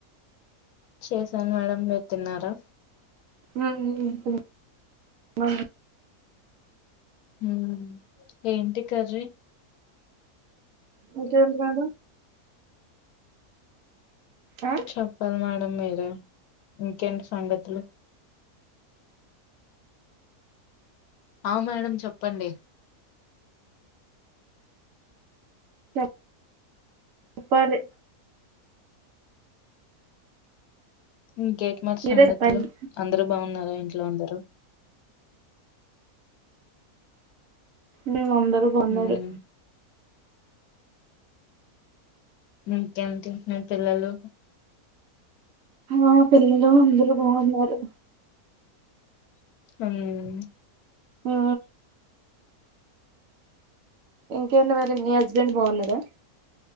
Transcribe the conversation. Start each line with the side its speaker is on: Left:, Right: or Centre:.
Left: చేసాను మేడం మీరు తిన్నారా
Right: <inaudible>
Left: ఊ మ్ ఏంటి కర్రి
Right: ఇంకేంటి మేడం ఆ
Left: చెప్పాలి మేడం మీరే ఇంకెంటి సంగతులు ఆ మేడం చెప్పండి
Right: చె చెప్పాలి
Left: ఇంకేంటి మరి
Right: మీరే
Left: సంగతులు
Right: చెప్పండి
Left: అందరు బాగున్నారా ఇంట్లో అందరు
Right: మ్ అందరు బాగున్నారు
Left: మ్మ్. ఇంకేంటి మీ పిల్లలు
Right: ఆ పిల్లలు అందరు బాగున్నారు
Left: ఊ మ్
Right: ఆ ఇంకేంది మరి మీ హస్బెండ్ బాగున్నడా